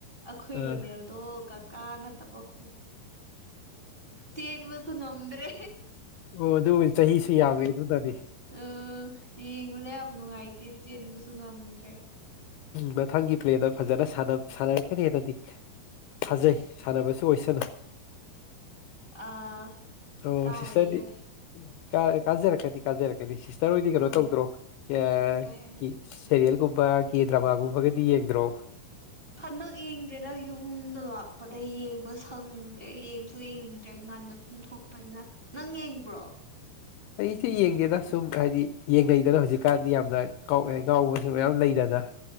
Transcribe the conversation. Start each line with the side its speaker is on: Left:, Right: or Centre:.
Right: ꯑꯩꯈꯣꯏ
Left: ꯑꯣ
Right: ꯔꯣꯅꯦꯜ ꯗꯣ ꯀꯥꯀꯥ ꯅꯠꯇꯕ ꯄꯨ ꯆꯦꯟꯕꯁꯨ ꯉꯝꯗ꯭ꯔꯦ
Left: ꯑꯣ ꯑꯗꯨꯕꯨꯗꯤ ꯆꯍꯤꯁꯨ ꯌꯥꯝꯃꯦ ꯑꯗꯨꯅꯅꯤ
Right: ꯎꯝ ꯌꯦꯡꯕꯗ ꯌꯥꯝ ꯅꯨꯡꯉꯥꯏꯇꯦ ꯆꯦꯟꯕꯁꯨ ꯉꯝꯗ꯭ꯔꯦ
Left: ꯃꯊꯪꯒꯤ ꯄ꯭ꯂꯦꯗ ꯐꯖꯅ ꯁꯥꯟꯅ ꯁꯥꯟꯅꯔꯛꯀꯅꯤꯅꯗꯤ ꯊꯥꯖꯩ ꯁꯥꯟꯅꯕꯁꯨ ꯑꯣꯏꯁꯅꯨ
Right: ꯑꯥ
Left: ꯑꯣ
Right: ꯀꯥꯔꯗꯤ
Left: ꯁꯤꯁꯇꯔꯗꯤ
Right: ꯌꯥꯔꯦ
Left: ꯀꯥ ꯀꯥꯖꯔꯛꯀꯅꯤ ꯀꯥꯖꯔꯛꯀꯅꯤ ꯍꯥꯏꯗꯤ ꯁꯤꯁꯇꯔ ꯍꯣꯏꯗꯤ ꯀꯩꯅꯣ
Right: ꯑꯥ
Left: ꯇꯧꯗ꯭ꯔꯣ ꯑ
Right: ꯀꯩ
Left: ꯀꯤ ꯁꯦꯔꯤꯌꯦꯜꯒꯨꯝꯕ ꯀꯦ ꯗ꯭ꯔꯃꯥꯒꯨꯝꯕꯒꯗꯤ ꯌꯦꯡꯗ꯭ꯔꯣ
Right: ꯍꯟꯗꯛ ꯌꯦꯡꯗ꯭ꯔꯦꯗ ꯌꯨꯝꯗ ꯂꯥꯛꯄꯗꯒꯤ ꯌꯦꯡꯕ ꯁꯪꯗ꯭ꯔꯦ ꯌꯦꯡꯁꯨ ꯌꯦꯡꯅꯤꯡꯗ꯭ꯔꯦ ꯉꯟꯅ ꯇꯨꯝ ꯊꯣꯛꯄꯅꯤꯅ ꯅꯪ ꯌꯦꯡꯕ꯭ꯔꯣ
Left: ꯑꯩꯗꯤ ꯌꯦꯡꯗꯦꯗꯥ ꯁꯨꯝ ꯍꯥꯏꯗꯤ ꯌꯦꯡꯅꯩꯗꯅ ꯍꯧꯖꯤꯛꯀꯥꯟꯗꯤ ꯌꯥꯝꯅ <unintelligible> ꯉꯥꯎꯕꯁꯨ ꯃꯌꯥꯝ ꯂꯩꯗꯅ